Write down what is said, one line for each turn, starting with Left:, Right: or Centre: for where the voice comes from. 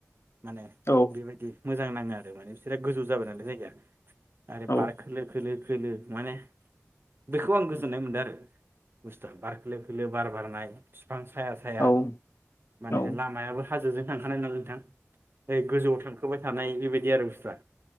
Right: माने
Left: औ
Right: बेबायदि मोजां नाङो आरो माने बिसोरहा गोजौ जाबाय नालाय जायगाया। आरो
Left: औ
Right: बार खोलो खोलो खोलो माने बेखौ आं गोजोननाय मोनदों आरो। बुसथुवा बार खोलो खोलो बार बारनाय बिफां साया साया
Left: औ
Right: माने
Left: औ
Right: लामायाबो हाजोजों थांखानाय नालाय नोंथां गोजौआव थांखोबाय थानाय बेबायदि आरो बुसथुवा